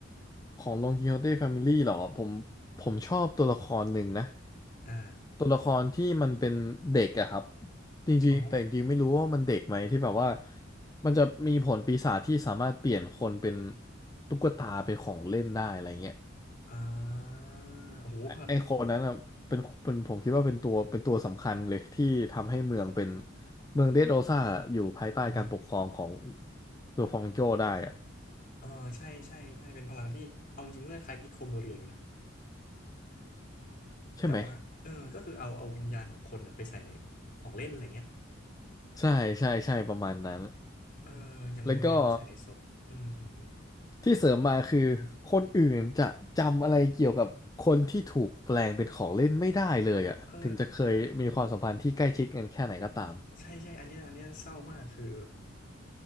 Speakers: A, on the left; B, on the left.
A: ของลองกิโฮเต้แฟมิลี่เหรอผมผมชอบตัวละครหนึ่งนะ
B: อ่า
A: ตัวละครที่มันเป็นเด็กอะครับจริงๆแต่จริงๆไม่รู้ว่ามันเด็กไหมที่แบบว่า
B: อ๋อ
A: มันจะมีผลปีศาจที่สามารถเปลี่ยนคนเป็นตุ๊กตาเป็นของเล่นได้อะไรเงี้ย
B: อ่าโอ้โหพอ
A: ไอ้ไอ้คนนั้นอะเป็นเป็นผมคิดว่าเป็นตัวเป็นตัวสำคัญเลยที่ทำให้เมืองเป็นเมืองเดดโรซ่าอยู่ภายใต้การปกครองของ
B: อือหือ
A: เวลฟองโกได้อะ
B: อ่าใช่ใช่ใช่เป็นพลังที่เอาจริงก็คล้ายกิโคโมเรียอยู่นะ
A: ใช่ไหม
B: แต่ว่าเออก็คือเอาเอาวิญญาณของคนนะไปใส่ในของเล่นอะไรเงี้ย
A: ใช่ใช่ใช่ประมาณนั้น
B: เอออย่างโมเรียก็ใส่ในศพอืมอืมอืม
A: แล้วก็ ที่เสริมมาคือคนอื่นจะจำอะไรเกี่ยวกับคนที่ถูกแปลงเป็นของเล่นไม่ได้เลยอ่ะถึงจะเคยมีความสัมพันธ์ที่ใกล้ชิดกันแค่ไหนก็ตาม
B: เออใช่ใช่อันเนี้ยอันเนี้ยเศร้ามากคือ